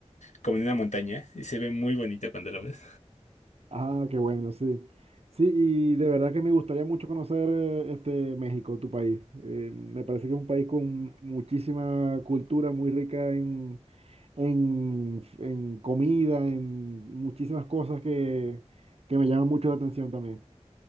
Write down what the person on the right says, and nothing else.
Ah, qué bueno, sí. Sí, y de verdad que me gustaría mucho conocer eh, este México, tu país. Eh, me parece que es un país con muchísima cultura, muy rica en, en, en comida, en muchísimas cosas que, que me llaman mucho la atención también.